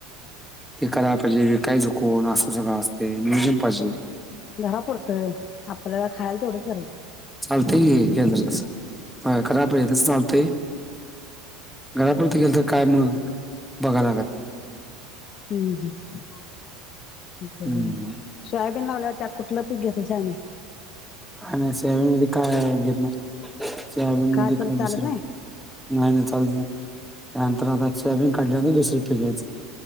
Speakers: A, in the centre; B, on the left.
A: ते कराय पाहिजे कायच कोण असं सगळं असते. नियोजन पाहिजे.
B: घरा पुरतं आपल्याला खायाला तेवढंच करायचं.
A: चालतंय की केंल तस हा घरापे तस चालतंय घरापूरत गेल. तर काय मग बघालागल.
B: हम्म हम बरं
A: हम्म.
B: सोयाबीन लावलात त्या कुठ. कुठलं पीक घेतासा आणि
A: का नाही सोयाबीन मध्ये काय घेत नाही. सोयाबीन
B: का
A: मध्ये
B: त्याला
A: काय
B: चालत
A: दुसर नाही नाही चालत नाही. त्यानंतर आता सोयाबीन काढल्यावर मग दुसर पीक घ्यायचं.